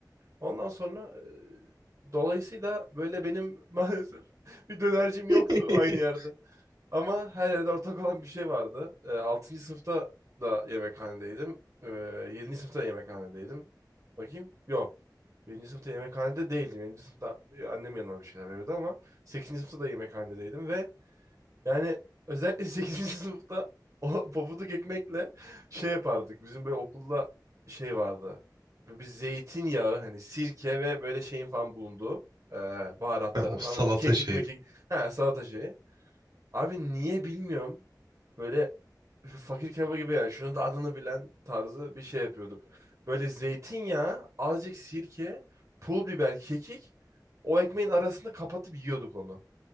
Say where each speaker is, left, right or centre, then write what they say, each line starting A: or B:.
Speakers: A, on the right; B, on the right.
A: Ondan sonra eee, dolayısıyla böyle benim <laughs> maalesef bir dönercim yoktu
B: <laughs>
A: aynı yerde. Ama her yerde ortak olan bir şey vardı. E, 6. sınıfta da yemekhanedeydim. E, 7. sınıfta da yemekhanedeydim. Bakayım. Yok. yedinci sınıfta yemekhanede değildim. Yedinci sınıfta e, annem yanıma bir şeyler veriyordu ama sekizinci sınıfta da yemekhanedeydim ve yani özellikle <laughs> sekizinci sınıfta o pabuduk ekmekle şey yapardık. Bizim böyle okulda şey vardı. Böyle Bir zeytinyağı hani sirke ve böyle şeyin falan bulunduğu e, baharatların
B: Ha, O salata
A: anladın mı? Kekik
B: şeyi.
A: mekik. Ha salata şeyi. Abi niye bilmiyorum. Böyle şu fakir kebabı gibi ya. Şunun da adını bilen tarzı bir şey yapıyorduk. Böyle zeytinyağı, azıcık sirke, pul biber, kekik. O ekmeğin arasında kapatıp yiyorduk onu.